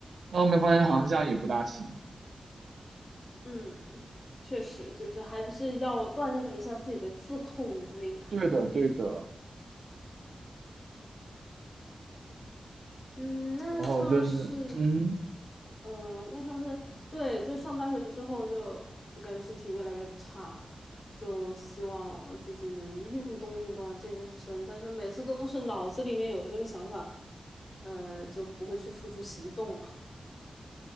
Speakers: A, on the right; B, on the left.
A: 然后后面发现好像这样也不大行。
B: 嗯，确实就是还是要锻炼一下自己的自控能力啊。
A: 对的，对的。
B: 嗯，那像是
A: 然后就是，嗯，
B: 嗯、呃那像是对，就上大学之后就感觉身体越来越差，就希望自己能运动运动啊，健健身。但是每次都是脑子里面有这个想法，呃，就不会去付诸行动了。